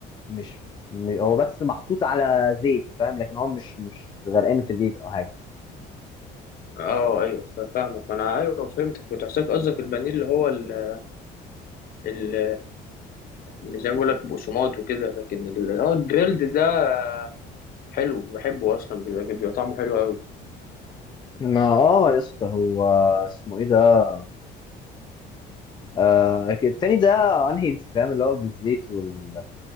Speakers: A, on the left; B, on the left.
A: مش م- هو بس محطوط على زيت فاهم لكن هو مش مش غرقان في زيت او حاجه
B: اه ايوه ف- فاهمك ما انا ايوه فهمتك كنت حاسسك قصدك البانيه اللي هو ال- ال- اللي زي ما بقول لك بقسماط وكده لكن ال- اه الجريلد ده حلو بحبه اصلا بيبقى بيبقى طعمه حلو قوي
A: ما اه يا اسطى هو اسمه ايه ده آه كده. التاني ده انهيلثي فاهم اللي هو بالزيت وال